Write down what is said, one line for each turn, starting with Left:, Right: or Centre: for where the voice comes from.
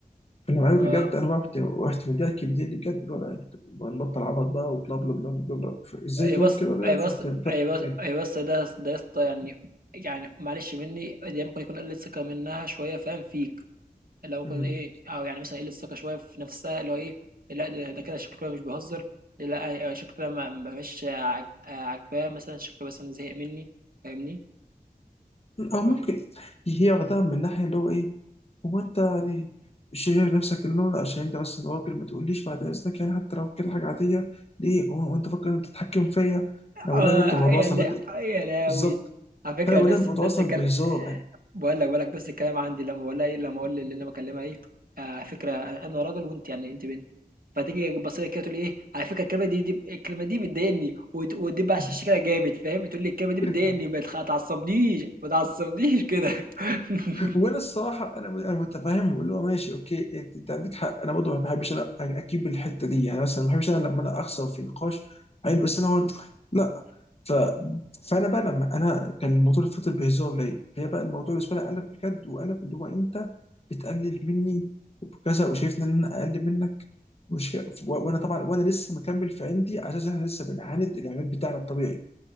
Left: في الامارات
Right: آه،
Left: بجد انا بقى رحت رحت مديها كبدين بجد اللي هو لا انت نبطل عبط بقى وبلا بلا بلا بلا بلا. ف- ازاي
Right: اي
Left: تقول
Right: بس
Left: كده ده
Right: اي بس
Left: في واحده بتعمل
Right: اي بس
Left: فيها
Right: اي بس ده ده يا اسطى يعني يعني معلش مني دي ممكن يكون قله ثقه منها شويه فاهم فيك اللي هو ممكن
Left: مم.
Right: ايه او يعني مثلا قله ثقه شويه في نفسها اللي هو ايه لا ده ده كده شكله كده مش بيهزر لا شكله كده ما ما- مش عاجباه مثلا شكله مثلا زهق مني فاهمني
Left: او ممكن
Right: فاهم
Left: هي واخداها من الناحيه اللي هو ايه هو انت يعني شايف نفسك اللي هو عشان انت بس راجل ما تقوليش بعد اذنك يعني حتى لو كده حاجه عاديه ليه هو هو انت فاكر إن انت تتحكم فيا انا
Right: اه
Left: بقول لها يا بنت الموضوع
Right: يا
Left: اصلا
Right: لا
Left: بادئ
Right: يا لاوي
Left: بالظبط
Right: على فكره
Left: فانا بقول
Right: نفس
Left: لها الموضوع
Right: نفس
Left: اصلا
Right: الكلام
Left: بهزار
Right: بقول لك بقول لك نفس الكلام عندي لما بقول لها ايه لما اقول اللي انا بكلمها ايه آه، على فكره انا راجل وانت يعني انت بنت فتيجي تبص لي كده تقول لي ايه على فكره الكلمه دي, دي الكلمه دي بتضايقني وت- وتدب على الشاشه
Left: يعني
Right: كده جامد فاهم تقول لي الكلمه دي بتضايقني
Left: <laughs>
Right: ما تخ- تعصبنيش ما تعصبنيش كده <laughs>
Left: وانا الصراحه انا انا متفاهم اللي هو ماشي اوكي انت أنت عندك حق انا برضه ما بحبش انا اجيب الحته دي يعني مثلا ما بحبش انا لما انا اخسر في نقاش عيل بس انا هون لا ف فانا بقى لما انا كان الموضوع اللي فضل بهزار ليا هي بقى الموضوع بالنسبه لي قلب بجد وقلب اللي هو انت بتقلل مني وكذا وشايفني ان انا اقل منك مش كده. و- وانا طبعا وانا لسه مكمل في عندي على اساس احنا لسه بنعاند الاعلان بتاعنا الطبيعي